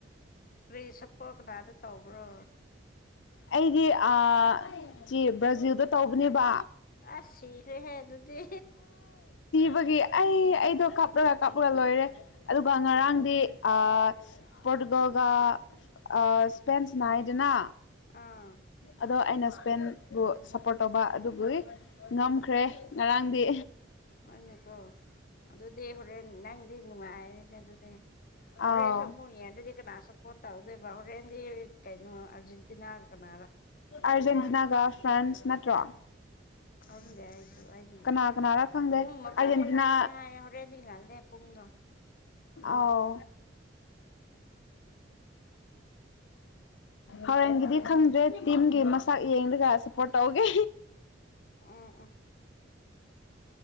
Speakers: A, on the left; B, on the left.
A: ꯀꯔꯤ ꯁꯄ꯭ꯔꯣꯠ ꯀꯅꯥꯗ ꯇꯧꯕ꯭ꯔꯣ
B: ꯑꯩꯗꯤ ꯑ-ꯖꯤꯕ ꯕ꯭ꯔꯥꯖꯤꯜꯗ ꯇꯧꯕꯅꯦꯕ꯫
A: ꯑꯁ ꯁꯤꯔꯦꯍꯦ ꯑꯗꯨꯗꯤ꯫
B: ꯕꯒꯤ ꯑꯩ ꯑꯩꯗꯣ ꯀꯞꯔꯒ-ꯀꯞꯔꯒ ꯂꯣꯏꯔꯦ꯫ ꯑꯗꯨꯒ ꯉꯔꯥꯡꯗꯤ ꯑ-ꯄꯣꯔꯇꯨꯒꯜꯒ ꯑꯁ ꯁ꯭ꯄꯦꯟꯁ ꯅꯥꯏꯑꯦꯗꯅ
A: ꯑꯥ
B: ꯑꯗꯣ ꯑꯩꯅ ꯁ꯭ꯄꯦꯟꯕꯨ ꯁꯞꯄꯣꯔꯠ ꯇꯧꯕ ꯑꯗꯨꯕꯨꯏ ꯉꯝꯈ꯭ꯔꯦ꯫ ꯉꯔꯥꯡꯗꯤ
A: ꯍꯣꯏꯅꯦꯀꯣ ꯑꯗꯨꯗꯤ ꯍꯣꯔꯦꯟ ꯅꯪꯗꯤ ꯅꯨꯡꯉꯥꯏꯔꯦꯅꯦ ꯑꯗꯨ ꯍꯣꯔꯦꯟꯁꯨ
B: ꯑꯥꯎ
A: ꯑꯃꯨꯛ ꯌꯦꯡꯗꯗꯤ ꯀꯅꯥ ꯁꯄꯣꯠ ꯇꯧꯗꯣꯏꯕ ꯍꯣꯔꯦꯟꯗꯤ ꯀꯩꯅꯣ ꯑꯔꯖꯦꯟꯇꯤꯅꯥꯒ ꯀꯅꯥ꯫
B: ꯑꯥꯔꯖꯦꯟꯇꯤꯅꯥꯒ ꯐ꯭ꯔꯥꯟꯁ ꯅꯠꯇ꯭ꯔꯣ꯫
A: ꯈꯪꯗꯦ ꯑꯩꯁꯨ ꯑꯩꯗꯤ
B: ꯀꯅꯥ ꯀꯅꯥꯔ ꯈꯪꯗꯦ
A: ꯄꯨꯡ ꯃꯄꯟ
B: ꯑꯥꯔꯖꯦꯟꯇꯤꯅꯥ
A: ꯃꯈꯥꯏꯗꯅꯦ ꯍꯥꯏꯌꯦ ꯍꯣꯔꯦꯟꯗꯤ ꯉꯜꯂꯦ꯫ ꯄꯨꯡꯗꯣ
B: ꯑꯥꯎ ꯍꯣꯔꯦꯟꯒꯤꯗꯤ
A: ꯅꯣꯏ
B: ꯈꯪꯗ꯭ꯔꯦ ꯇꯤꯝꯒꯤ ꯃꯁꯛ ꯌꯦꯡꯂꯡꯒ ꯁꯞꯄꯣꯔꯠ ꯇꯧꯒꯦ꯫
A: ꯎꯝ-ꯎꯝ